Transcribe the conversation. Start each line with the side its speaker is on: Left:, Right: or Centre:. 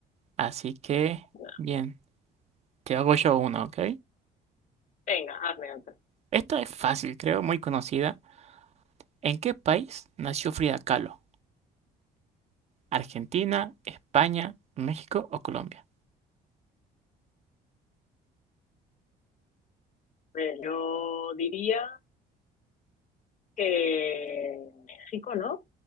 Right: Así que,
Left: No.
Right: bien, te hago yo una, ¿ok?
Left: Venga, hazme otra.
Right: Esta es fácil, creo, muy conocida. ¿En qué país nació Frida Kahlo? ¿Argentina, España, México o Colombia?
Left: Mira, Yo diría que México, ¿no?